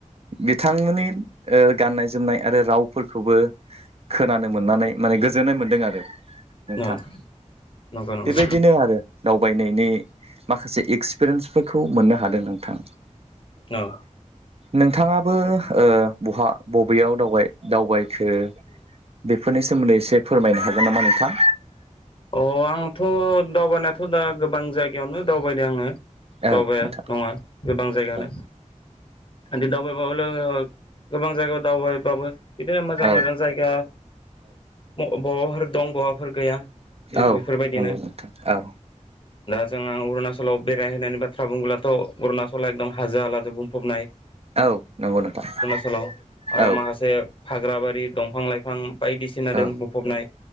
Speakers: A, on the right (about 50°); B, on the left (about 40°).
A: बि बिथांमोननि ओ गाननाय जोमनाय आरो रावफोरखौबो खोनानो मोननानै माने गोजोननाय मोन्दों आरो नोंथां
B: औ नंगौ नंगौ
A: बेबायदिनो आरो। दावबायनायनि माखासे एक्सपिरियेन्सफोरखौ मोननो हादों नोंथां।
B: औ
A: नोंथाङाबो ओ बहा बबेयाव दावबाय दावबायखो बेफोरनि सोमोन्दै एसे फोरमायनो हागोन नामा नोंथां?
B: अ आंथ' दावबायनायाथ' दा गोबां जायगायावनो दावबायदों आङो
A: औ
B: दावबाया
A: नोंथां
B: नङा गोबां जायगायावनो,
A: औ
B: बि दावबाय <unintelligible> गोबां जायगायाव दावबायबाबो बिदिनो मोजां
A: औ
B: मोजां जायगा <unintelligible> फोर दं बावाफोर गैया।
A: औ
B: बेफोरबायदिनो
A: नंगौ नोंथां औ।
B: दा जों आं अरुणाचलाव बेरायहैायनि बाथ्रा बुङोब्लाथ' अरुणाचल एकदम हाजो हालाजों बुंफबनाय।
A: औ नंगौ नोंथां।
B: सोल' आरो
A: औ
B: माखासे फाग्राबारि दंफां लाइफां बायदिसिनादों
A: औ
B: बुंफबनाय